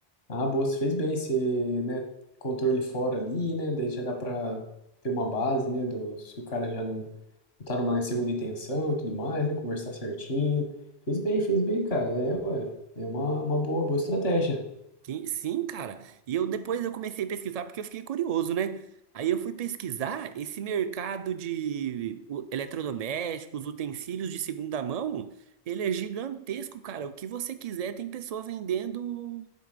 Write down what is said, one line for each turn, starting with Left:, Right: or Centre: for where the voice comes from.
Left: Ah, boa, você fez bem, você, né, controle ele fora ali, né, daí já dá pra ter uma base, né, do, se o cara já não, não tá numa segunda intenção e tudo mais, né, conversar certinho. Fez bem, fez bem, cara, é, ué, é uma, uma boa, boa estratégia.
Right: Que- Sim, cara. E eu depois eu comecei a pesquisar porque eu fiquei curioso, né? Aí eu fui pesquisar esse mercado de u- eletrodomésticos, utensílios de segunda mão, ele é gigantesco, cara. O que você quiser, tem pessoa vendendo